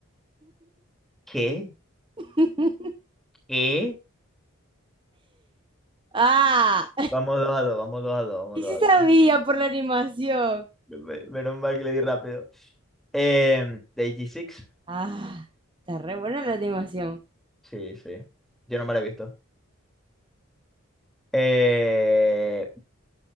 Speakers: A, in the centre; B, on the right.
A: ¿Qué?
B: <laughs>
A: ¿Qué?
B: Ah,
A: Vamos dos a dos, vamos dos a dos, vamos
B: y
A: dos
B: sí
A: a dos.
B: sabía por la animación.
A: Me- Menos mal que le di rápido. Eh, de AG6.
B: Ah, está re buena la animación.
A: Sí, sí. Yo no me la he visto. Eh,